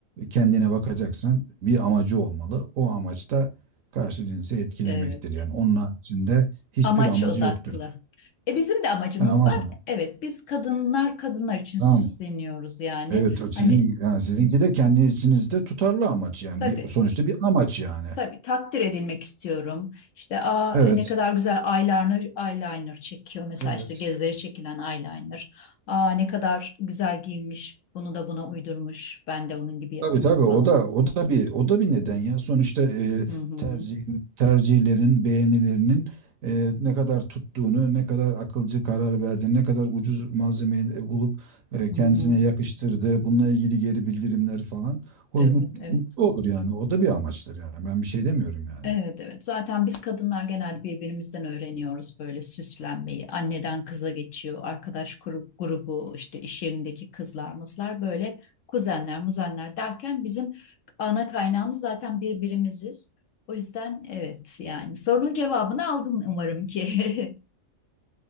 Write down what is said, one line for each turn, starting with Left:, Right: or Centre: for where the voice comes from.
Right: kendine bakacaksan bir amacı olmalı. O amaç da karşı cinsi etkilemektir.
Left: Evet.
Right: Yani onun haricinde hiçbir
Left: Amaç
Right: amacı
Left: odaklı.
Right: yoktur.
Left: E bizim de amacımız
Right: Ha, amaç
Left: var.
Right: ama.
Left: Evet, biz kadınlar kadınlar için süsleniyoruz
Right: Tamam.
Left: yani.
Right: Evet o sizin
Left: Hani
Right: yani sizinki de kendi içinizde tutarlı amaç yani
Left: tabii
Right: bir sonuçta bir amaç yani.
Left: Tabii takdir edilmek istiyorum. İşte aa
Right: Evet.
Left: ne kadar güzel eyeliner eyeliner çekiyor. Mesela
Right: Evet.
Left: işte gözleri çekilen eyeliner. Aa ne kadar güzel giyinmiş. Bunu da buna uydurmuş. Ben de onun gibi yapayım
Right: Tabii tabii
Left: falan.
Right: o da o da bir o da bir neden ya. Sonuçta e,
Left: Hı hı.
Right: tercih tercihlerin, beğenilerinin e, ne kadar tuttuğunu, ne kadar akılcı karar verdiğini, ne kadar ucuz malzemeyi e, bulup e,
Left: Hı
Right: kendisine
Left: hı.
Right: yakıştırdığı, bununla ilgili geri bildirimler falan. O
Left: Evet,
Right: mut-
Left: evet.
Right: mutlu olur yani. O da bir amaçtır yani. Ben bir şey demiyorum yani.
Left: Evet evet. Zaten biz kadınlar genelde birbirimizden öğreniyoruz böyle süslenmeyi. Anneden kıza geçiyor. Arkadaş grup, grubu işte iş yerindeki kızlar mızlar böyle kuzenler muzenler derken bizim ana kaynağımız zaten birbirimiziz. O yüzden evet yani sorunun cevabını aldın umarım ki. <laughs>